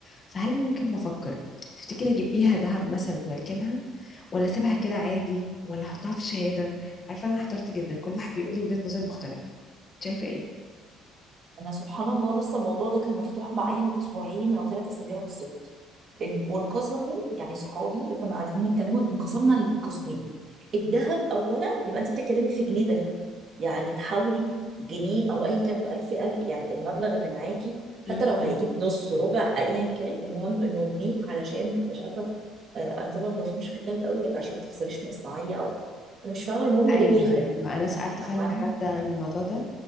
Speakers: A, on the left; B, on the right.
A: فهل ممكن بفكر تفتكري اجيب بيها ذهب مثلا واركنها ولا اسيبها كده عادي ولا احطها في شهادة عارفة انا احترت جدا كل واحد بيقول لي وجهة نظر مختلفة شايفة ايه؟
B: انا سبحان الله لسه الموضوع ده كان مفتوح معايا من اسبوعين او ثلاث اسابيع بالظبط إن- وانقسموا يعني صحابي اللي كنا قاعدين بنتكلموا انقسمنا لقسمين الذهب اولا يبقى انت بتتكلمي في جنيه ده يعني تحاولي جنيه او ايا كان بقى الفئه ال- يعني المبلغ اللي معاكي حتى
A: امم
B: لو هيجيب نص ربع ايا كان المهم انه جنيه علشان مش عارفه آه، انا طبعا ما بفهمش في الذهب قوي لك عشان ما تخسريش مصنعيه او انا مش فاهمه المهم ان
A: ايوه
B: ده بيغلى
A: ايوه انا سالت فعلا
B: عن
A: حد عن الموضوع ده